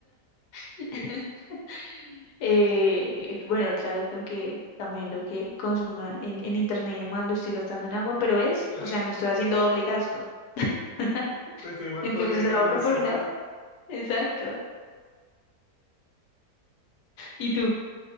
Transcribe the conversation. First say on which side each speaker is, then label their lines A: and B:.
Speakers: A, on the left; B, on the left.
A: <laughs> Eh, bueno, claro que aunque también lo que consuma en, en internet y demás lo estoy gastando en agua, pero es,
B: Claro,
A: o sea, no estoy haciendo doble gasto. <laughs>
B: exacto, igual
A: Entonces
B: podría quedarme
A: ahorro
B: encerrado.
A: por un lado. Exacto. ¿Y tú?